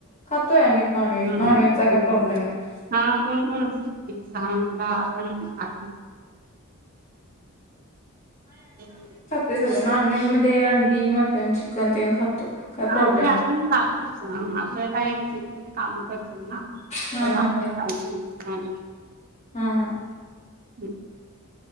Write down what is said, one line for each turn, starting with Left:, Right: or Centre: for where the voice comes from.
Left: खातोय मी नॉनव्हेज
Right: हम्म
Left: नॉनव्हेजचा काही
Right: हम्म
Left: प्रॉब्लेम नाही
Right: हा कोण कोण असतात ते स आ <inaudible>
Left: ते सगळं नॉन व्हेज मध्ये अंडी मटन चिकन तेन खातो काय
Right: हा
Left: प्रॉब्लेम
Right: ते आपल्या दगतच आपलं काय शेतीमध्ये काम करतो ना
Left: हा
Right: तर
Left: हा
Right: आपल्याला पाहितीे ह
Left: हा हा
Right: हम्